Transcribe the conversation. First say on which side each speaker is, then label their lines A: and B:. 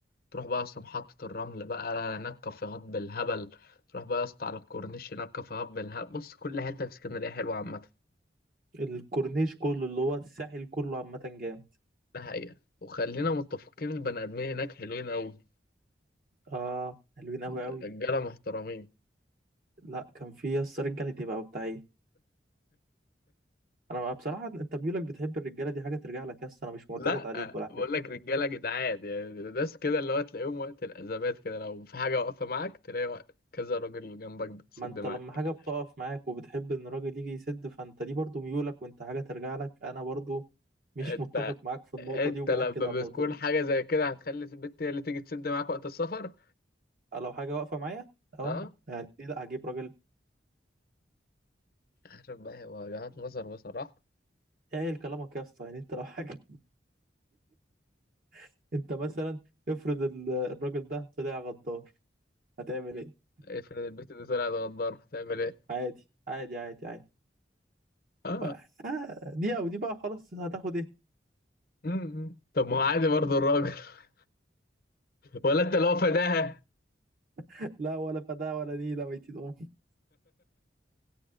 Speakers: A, on the left (about 50°); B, on the right (about 45°).
A: تروح بقى يا اسطى محطة الرمل بقى هناك كافيهات بالهبل تروح بقى يا اسطى على الكورنيش هناك كافيهات بالهبل بص كل حتة في اسكندرية حلوة عامة
B: الكورنيش كله اللي هو الساحل كله عامة جامد
A: ده حقيقة وخلينا متفقين البني آدمين هناك حلوين أوي
B: آه حلوين أوي
A: رجالة
B: أوي
A: محترمين
B: لا كان في يس رجالة تبقى بتاع إيه أنا بقى بصراحة أنت ميولك بتحب الرجالة دي حاجة ترجع لك يس أنا مش معترض
A: لا
B: عليك ولا
A: بقول
B: حاجة
A: لك رجالة جدعان يعني ناس كده اللي هو تلاقيهم وقت الأزمات كده لو في حاجة واقفة معاك تلاقي وقت كذا راجل جنبك بتسد
B: ما أنت
A: معاك
B: لما حاجة بتقف معاك وبتحب إن الراجل يجي يسد فأنت دي برضو ميولك وأنت حاجة ترجع لك أنا برضو مش
A: انت
B: متفق معاك في النقطة
A: انت
B: دي وبأكد
A: لما
B: على النقطة
A: بتكون
B: دي
A: حاجة زي كده هتخلي البنت هي اللي تيجي تسد معاك وقت السفر
B: آه، لو حاجه واقفه معايا اه
A: اه
B: يعني ليه لا هجيب راجل
A: عارف بقى هي وجهات نظر بصراحة
B: ايه كلامك يا اسطى يعني انت لو حاجه <laughs> انت مثلا افرض ال- الراجل ده طلع غدار هتعمل
A: مم.
B: ايه
A: افرض البت دي طلعت غدار بتعمل ايه؟
B: عادي عادي عادي عادي
A: اه
B: بقى آه، دي او دي بقى خلاص هتاخد ايه
A: امم طب ما هو عادي برضه الراجل <laughs> ولا انت لو فداها
B: <laughs> لا ولا فدا ولا نيله ميتين ام <laughs>